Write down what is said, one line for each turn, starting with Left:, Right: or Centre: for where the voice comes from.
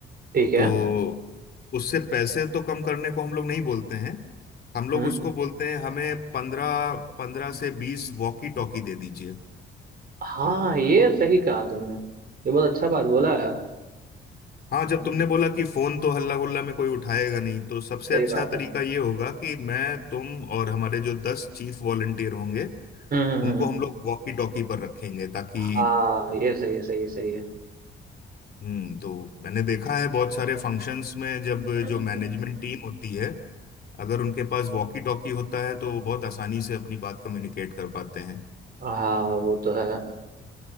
Right: ठीक है
Left: तो उससे पैसे तो कम करने को हम लोग नहीं बोलते हैं हम लोग
Right: हम्म
Left: उसको बोलते हैं हमें पंद्रह पंद्रह से बीस वॉकी टॉकी दे दीजिए
Right: हाँ ये सही कहा तुमने ये बहुत अच्छा बात बोला है
Left: हाँ जब
Right: हम्म,
Left: तुमने बोला कि फोन तो हल्ला गुल्ला में कोई उठाएगा नहीं तो सबसे
Right: सही
Left: अच्छा
Right: बात
Left: तरीका
Right: है
Left: ये होगा कि मैं तुम और हमारे जो दस चीफ वॉलंटियर होंगे
Right: हम्म हम्म
Left: उनको
Right: हम्म,
Left: हम लोग वॉकी टॉकी पर रखेंगे ताकि
Right: हाँ ये सही है सही है सही है
Left: हम्म तो मैंने देखा है बहुत सारे फंक्शंस में जब
Right: हम्म
Left: जो
Right: हम्म,
Left: मैनेजमेंट
Right: हम्म।
Left: टीम होती है अगर उनके पास वॉकी टॉकी होता है तो वो बहुत आसानी से अपनी बात कम्युनिकेट कर पाते हैं
Right: हाँ वो तो है